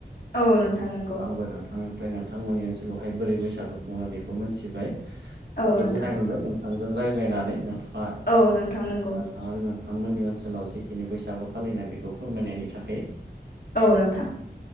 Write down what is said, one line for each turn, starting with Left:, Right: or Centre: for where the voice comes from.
Left: औ नोंथां नंगौ
Right: आंबो नोंथां निफ्राय नोंथांमोननि ओनसोलावहाय बोरै बैसागु खुङो बेखौ मिथिबाय
Left: औ नोंथां
Right: गोजोननाय मोनबायों थांजों रायज्लायनानै नोंथाङा
Left: औ नोंथां नंगौ
Right: नोंथांमोननि ओनसोलाव जिखिनि बैसागो फालिनाय बेखौ फोरमायनायनि थाखाय
Left: औ नोंथां